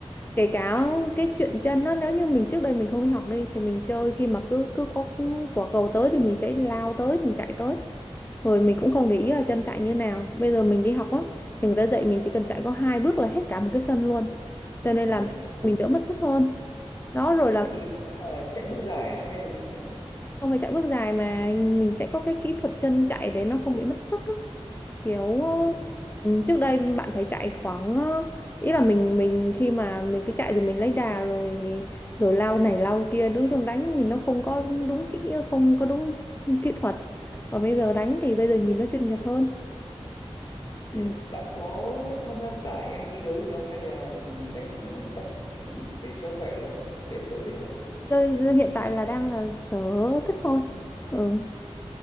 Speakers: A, on the left (about 20°); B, on the left (about 35°).
A: kể cả cái chuyện chân đó nếu như mình trước đây mình không đi học đi thì mình chơi khi mà cứ cứ có quả cầu tới thì mình sẽ lao tới mình chạy tới rồi mình cũng không để ý là chân chạy như nào bây giờ mình đi học á thì người ta dạy mình chỉ cần chạy có hai bước là hết cả một cái sân luôn cho nên
B: ờ.
A: là mình đỡ mất sức hơn đó rồi
B: thế
A: là
B: thì sẽ là chạy bước giải à? hay là như thế nào
A: không phải chạy bước dài mà mình sẽ có cái kỹ thuật chân chạy để nó không bị mất sức á kiểu ờ,
B: ừ.
A: ừ, trước đây bạn phải chạy khoảng ờ, ý là mình mình khi mà mình cứ chạy rồi mình lấy đà rồi rồi lao này lao kia đối chung đánh nhìn nó không có đúng kỹ không có đúng kỹ thuật còn bây giờ đánh thì bây giờ nhìn nó chuyên nghiệp hơn ừ.
B: thế bạn có tham gia giải hay thi đấu gì không hay là mình đánh tập ừ, để cho khỏe thôi để sở thích thôi
A: chơi hiện tại là đang là sở thích thôi ừ